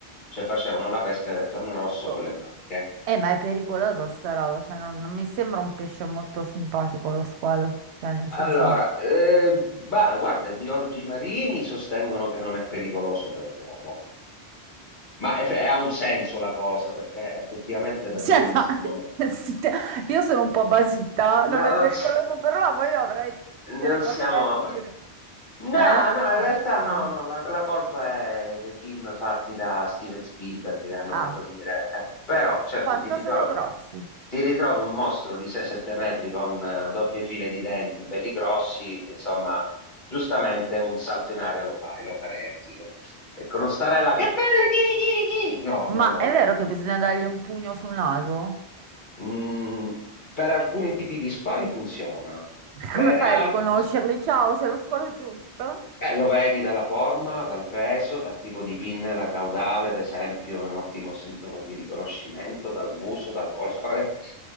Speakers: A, on the left; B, on the right.
A: cioè facevano la pesca del torno rosso
B: oh,
A: con le
B: oh,
A: barche.
B: eh, ma è pericolosa sta roba, cioè non, non mi sembra un pesce molto simpatico lo squalo, cioè nel
A: Allora,
B: senso...
A: eh, bah, guarda, i biologi marini sostengono che non è pericoloso per l'uomo, ma eff- ha un senso la cosa, perché effettivamente per
B: Cioè,
A: lui non
B: no,
A: siamo...
B: <laughs> sì, te- io sono un po' basita,
A: No,
B: non è
A: non
B: pericoloso
A: s-
B: per l'uomo, io avrei
A: non
B: delle cose
A: siamo...
B: da ridire.
A: No,
B: Eh?
A: no, in
B: No,
A: realtà
B: no.
A: no, no, la, la colpa è dei film fatti da Steven Spielberg che hanno
B: Ah,
A: fatto venire, ecco, però certo
B: quanto
A: ti ritrovi,
B: sono grossi?
A: ti ritrovi un mostro di 6-7 metri con eh, doppie file di denti, belli grossi, insomma, giustamente un salto in aria lo fai, lo farei anch'io. Ecco, non starei là, che bello, chiri, chiri, chiri! No,
B: Ma
A: non lo,
B: è
A: non
B: vero
A: lo
B: che
A: fa.
B: bisogna dargli un pugno sul naso?
A: Mm, per alcuni tipi di spali funziona,
B: <laughs>
A: per
B: Come fai
A: altri...
B: a riconoscerli? Ciao, sei lo squalo giusto?
A: Eh, lo vedi dalla forma, dal peso, dal tipo di pinnella caudale, ad esempio, un ottimo sintomo di riconoscimento, dal muso, dal colore.